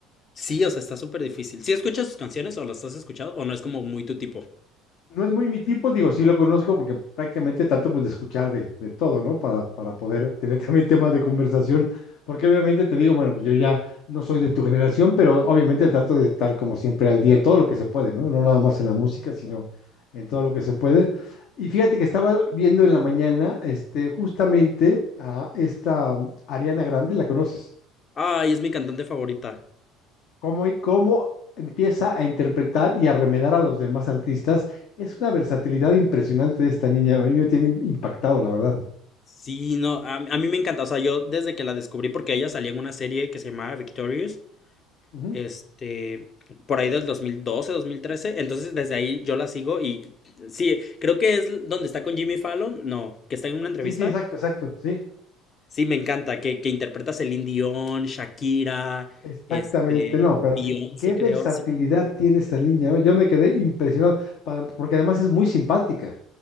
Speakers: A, on the left (about 40°); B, on the left (about 65°).
A: Sí, o sea, está súper difícil. ¿Sí escuchas sus canciones o las has escuchado o no es como muy tu tipo?
B: no es muy mi tipo, digo, sí lo conozco porque prácticamente trato pues de escuchar de, de todo, ¿no? Para, para poder tener también temas de conversación, porque obviamente te digo, bueno, pues yo ya no soy de tu generación, pero obviamente trato de estar como siempre al día en todo lo que se puede, ¿no? No nada más en la música, sino en todo lo que se puede. Y fíjate que estaba viendo en la mañana, este, justamente a esta Ariana Grande, ¿la conoces?
A: Ay, es mi cantante favorita.
B: cómo, y cómo empieza a interpretar y a remedar a los demás artistas. Es una versatilidad impresionante de esta niña. A mí me tiene im- impactado, la verdad.
A: Sí, no, a, a mí me encanta. O sea, yo desde que la descubrí, porque ella salía en una serie que se llamaba Victorious,
B: Ujú.
A: este, por ahí del dos dos mil doce, dos mil trece. Entonces, desde ahí yo la sigo y sí, creo que es donde está con Jimmy Fallon. No, que está en una entrevista.
B: Sí, sí, exacto, exacto, sí.
A: Sí, me encanta, que, que interpreta a Celine Dion, Shakira,
B: Exactamente,
A: este,
B: no, pero
A: Beyoncé,
B: qué versatilidad
A: creo.
B: tiene esta niña. ¿no? Yo me quedé impresionado, pa- porque además es muy simpática.